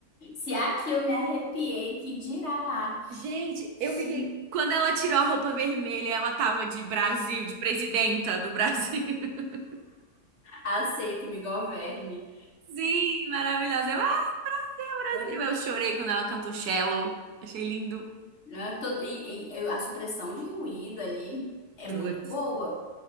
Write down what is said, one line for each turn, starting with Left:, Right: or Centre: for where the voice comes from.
Left: Se aqui eu me arrepiei, que dirá lá.
Right: Gente,
Left: Sim.
Right: eu fiquei. Quando ela tirou a roupa vermelha, ela tava de Brasil, de presidenta do Brasil. <laughs>
Left: Aceito, me governe.
Right: Sim, maravilhosa. Eu, ah,
Left: É.
Right: Brasil. Eu chorei quando ela cantou Shallow. Achei lindo.
Left: Né, todo- e, e- e a supressão de ruído ali é
Right: Putz,
Left: muito boa.